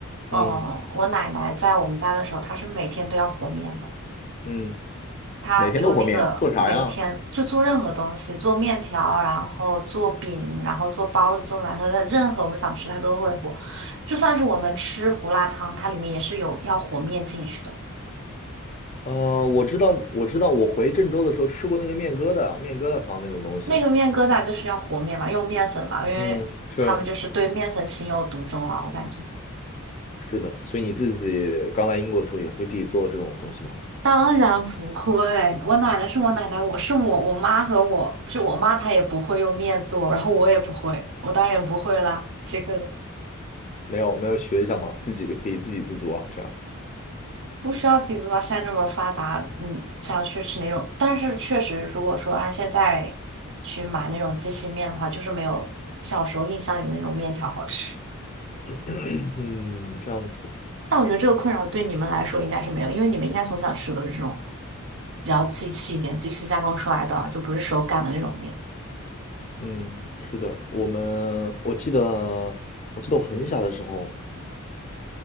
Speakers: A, on the right; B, on the left.
A: 呃，
B: 嗯
A: 我奶奶在我们家的时候，她是每天都要和面的。
B: 嗯，
A: 他用那个每天就做任何东西，
B: 每天都和面，做啥呀？
A: 做面条，然后做饼，然后做包子、做馒头的，任何我们想吃他都会和。就算是我们吃胡辣汤，它里面也是有要和面进去的。
B: 呃，我知道，我知道，我回郑州的时候吃过那个面疙瘩、面疙瘩汤那种东西。
A: 那个面疙瘩就是要和面嘛，用面粉嘛，因为他们就是对面粉情有独钟啊，
B: 嗯，是。
A: 我感觉。
B: 是的，所以你自己刚来英国的时候也会自己做这种东西吗？
A: 当然不会，我奶奶是我奶奶，我是我，我妈和我是我妈，她也不会用面做，然后我也不会，我当然也不会啦，这个。
B: 没有，没有学一下吗？自己可以自给自足啊，这样。
A: 不需要自己做到现在这么发达，你想去吃哪种？但是确实，如果说按现在去买那种机器面的话，就是没有小时候印象里的那种面条好吃。
B: <clears throat> 嗯，这样子。
A: 但我觉得这个困扰对你们来说应该是没有，因为你们应该从小吃的都是这种比较机器一点、机器加工出来的，就不是手擀的那种面。
B: 嗯，是的，我们我记得，我记得我很小的时候，